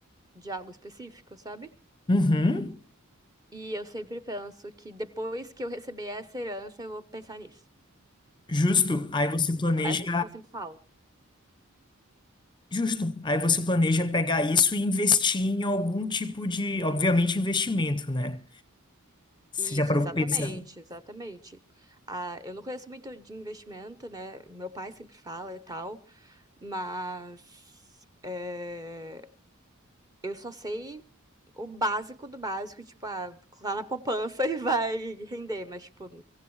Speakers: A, on the right (about 15°); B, on the left (about 20°).
A: de algo específico, sabe?
B: Uhum,
A: E eu sempre penso que depois que eu receber essa herança, eu vou pensar nisso.
B: justo. Aí você planeja,
A: É é sempre que eu sempre falo.
B: justo. Aí você planeja pegar isso e investir em algum tipo de, obviamente, investimento, né? Você
A: Isso,
B: já parou
A: exatamente,
B: pra pensar?
A: exatamente. Ah, eu não conheço muito de investimento, né? Meu pai sempre fala e tal, mas é, eu só sei o básico do básico, tipo, ah, lá na poupança <laughs> e vai render, mas, tipo,